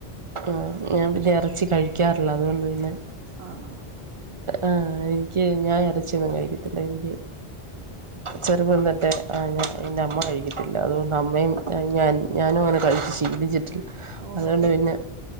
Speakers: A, on the right; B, on the right.
A: ആ ഞാൻ പിന്നെ എറച്ചി കഴിക്കാറില്ല അതുകൊണ്ട് പിന്നെ
B: ആണോ
A: ആ എനിക്ക് ഞാൻ എറച്ചിയൊന്നും കഴിക്കത്തില്ല എനിക്ക് ചെറുപ്പം തൊട്ടെ എന്റെ അമ്മ കഴിക്കത്തില്ല അതുകൊണ്ട് അമ്മയും ഞാൻ ഞാനും അങ്ങനെ കഴിച്ച് ശീലിച്ചിട്ടില്ല
B: ഓ
A: അതുകൊണ്ട്
B: എൻ
A: പിന്നെ